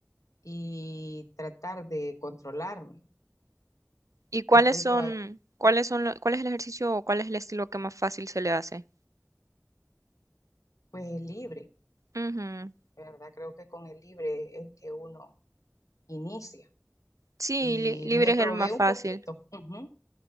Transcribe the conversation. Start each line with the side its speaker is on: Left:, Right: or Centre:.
Left: y tratar de controlarme.
Right: y cuáles
Left: Estoy
Right: son,
Left: toda,
Right: cuáles son, lo- cuál es el ejercicio o cuál es el estilo que más fácil se le hace?
Left: pues libre,
Right: Ujú.
Left: ¿verdad? Creo que con el libre es que uno inicia.
Right: Sí,
Left: Y
Right: li- libre
Left: me
Right: es
Left: probé
Right: el más fácil.
Left: un poquito, ujú,